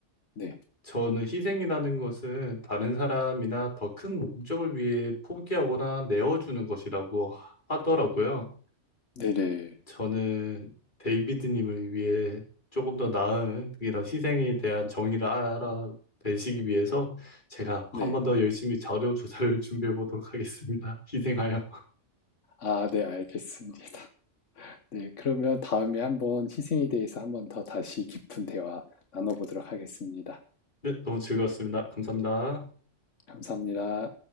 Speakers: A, on the left; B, on the left.
A: 네,
B: 저는 희생이라는 것은 다른 사람이나 더 큰 목적을 위해 포기하거나 내어주는 것이라고 하더라고요.
A: 네네,
B: 저는 데이비드님을 위해 조금 더 나은 이런 희생에 대한 정의를 알아내시기 위해서 제가 한
A: 네.
B: 번 더 열심히 자료 조사를 <laughs> 준비해 보도록 하겠습니다. 희생하여.
A: 아, 네, 알겠습니다. <laughs> 네, 그러면 다음에 한번 희생에 대해서 한번 더 다시 깊은 대화 나눠보도록 하겠습니다.
B: 네, 너무 즐거웠습니다. 감사합니다.
A: 감사합니다.